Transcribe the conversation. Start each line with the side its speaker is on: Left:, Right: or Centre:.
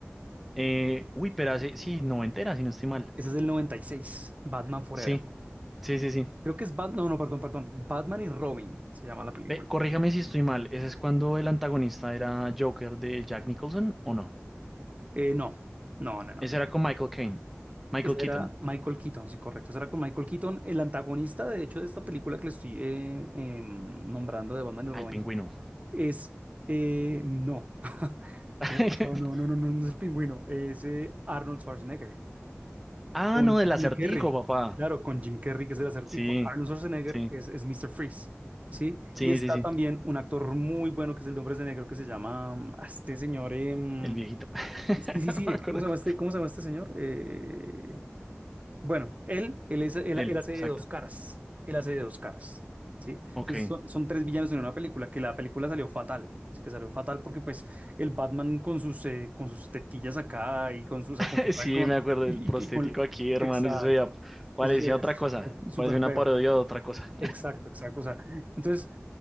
Centre: Eh, uy, pero hace, sí, noventera, si no estoy mal.
Right: Ese es del 96, Batman Forever.
Centre: Sí, sí, sí, sí.
Right: Creo que es Batman, no, no, perdón, perdón. Batman y Robin se llama la película.
Centre: Ve, corríjame si estoy mal. ¿Ese es cuando el antagonista era Joker de Jack Nicholson o no?
Right: Eh, no, no, no, no,
Centre: Ese
Right: no, no.
Centre: era con Michael Caine. Michael
Right: Ese
Centre: Keaton.
Right: era Michael Keaton, sí, correcto. Ese era con Michael Keaton, el antagonista, de hecho, de esta película que le estoy eh, em, nombrando de Batman y Robin.
Centre: Ah, el pingüino.
Right: Es, eh, no. <laughs>
Centre: <laughs>
Right: Fue- No, no, no, no, no, no es el pingüino, es eh, Arnold Schwarzenegger.
Centre: Ah,
Right: Con
Centre: no, del
Right: Jim
Centre: acertijo,
Right: Carrey,
Centre: papá.
Right: claro, con Jim Carrey, que es el acertijo.
Centre: Sí,
Right: Arnold Schwarzenegger
Centre: sí,
Right: es, es Mr. Freeze, ¿sí?
Centre: sí,
Right: Y está
Centre: sí, sí.
Right: también un actor muy bueno que es el de Hombres de Negro, que se llama, mm, este señor, em,
Centre: El viejito. <laughs>
Right: sí, sí,
Centre: No
Right: sí,
Centre: me acuerdo.
Right: ¿cómo se
Centre: cu-
Right: llama este, cómo se llama este señor? Eh, bueno, él, él, es, él,
Centre: Él,
Right: él hace
Centre: exacto.
Right: de dos caras. Él hace de dos caras. ¿Sí?
Centre: Ok.
Right: Entonces son, son tres villanos en una película, que la película salió fatal. Sí que salió fatal porque pues el Batman con sus, eh, con sus tetillas acá y con sus, o sea,
Centre: <laughs>
Right: con su traje
Centre: Sí,
Right: con-
Centre: me acuerdo
Right: y,
Centre: del prostético
Right: y- y con...
Centre: aquí, hermano,
Right: Exacto.
Centre: y eso se veía- parecía
Right: Eso sí es
Centre: otra cosa,
Right: súper súper
Centre: parecía una
Right: feo.
Centre: parodia de otra cosa.
Right: Exacto, exacto. O sea, entonces,